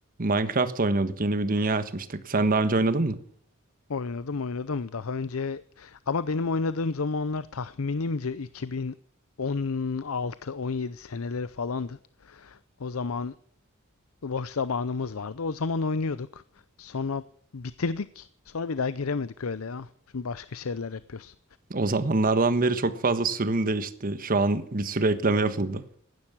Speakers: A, on the right; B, on the left.
A: Minecraft oynuyorduk. Yeni bir dünya açmıştık. Sen daha önce oynadın mı?
B: Oynadım oynadım. Daha önce ama benim oynadığım zamanlar tahminimce 2016-17 seneleri falandı. O zaman boş zamanımız vardı. O zaman oynuyorduk. Sonra bitirdik. Sonra bir daha giremedik öyle ya. Şimdi başka şeyler yapıyoruz.
A: O zamanlardan beri çok fazla sürüm değişti. Şu an bir sürü ekleme yapıldı.